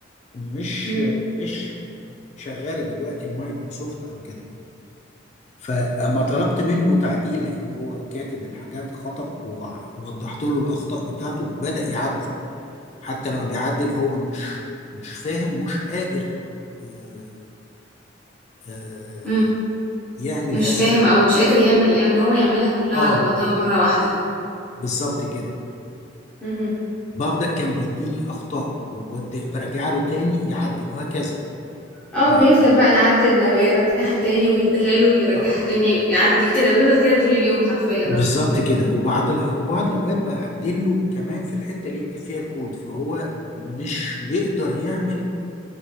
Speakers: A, on the left (about 35°); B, in the centre.
A: مش
B: إمم.
A: مش شغالة دلوقتي المايكروسوفت او كده فاما طلبت منه تعديل لان هو كاتب الحاجات خطأ ووضحت له الاخطاء بتاعته بدأ يعدل حتى لما بيعدل هو مش مش فاهم ومش قادر آه، آه،
B: إمم،
A: يعمل
B: مش
A: هذا
B: فاهم أو مش قادر يعمل إن هو يعملها كلّها
A: اه
B: على بعضها مرّة واحدة.
A: بالظبط كده
B: اهم،
A: فبرضك كان بيديني اخطاء وبرجع له تاني يعدل وهكذا
B: آه،
A: ف
B: بيفضل بقى نعدّل إن يرجّعها تاني ويدّيها له ويرجّعها
A: آه،
B: تاني، يعدّل كده، بيفضل كده طول اليوم حرفيًا
A: بالظبط
B: آه.
A: كده وبعض الأ- وبعض الاوقات بعدل له كمان في الحته اللي يكتب فيها الكود فهو مش يقدر يعمل